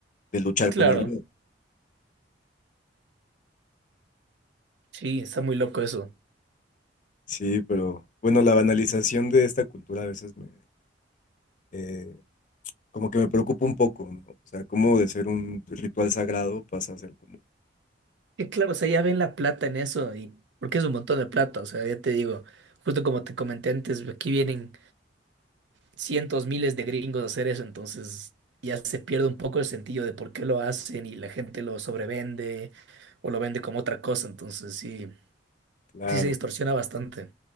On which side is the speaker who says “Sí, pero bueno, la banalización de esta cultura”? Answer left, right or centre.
Left